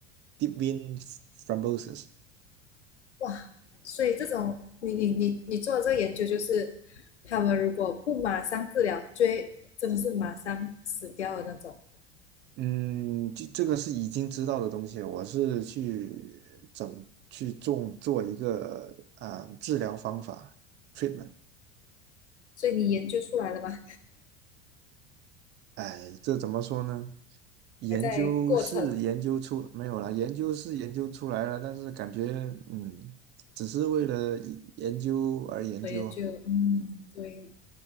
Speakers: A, on the right; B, on the left.
A: deep vein thrombosis。
B: 哇，所以这种你你你你做的这个研究就是，他们如果不马上治疗，就会真的是马上死掉的那种。
A: 嗯，这这个是已经知道的东西，我是去怎么去种做一个啊治疗方法 treatment。
B: 所以你研究出来了吗？
A: 哎，这怎么说呢？研究是研究出没有啦，
B: 还在过程，
A: 研究是研究出来了，但是感觉嗯，只是为了研究而研究啊。
B: 我研究，嗯，对，